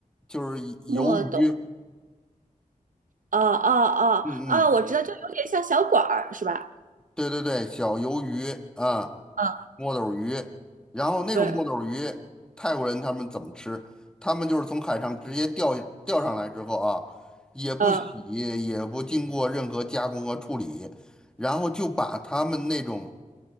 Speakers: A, in the centre; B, on the right (about 75°).
A: 就是鱿鱼，
B: 墨斗？哦哦哦哦，
A: 嗯嗯
B: 我知道，就有点像小管儿是吧？
A: 对对对，小鱿鱼啊，
B: 嗯，
A: 墨斗鱼，然后那种墨斗鱼，
B: 对，
A: 泰国人他们怎么吃？他们就是从海上直接钓钓上来之后啊，也不洗，
B: 呃。
A: 也不经过任何加工和处理，然后就把他们那种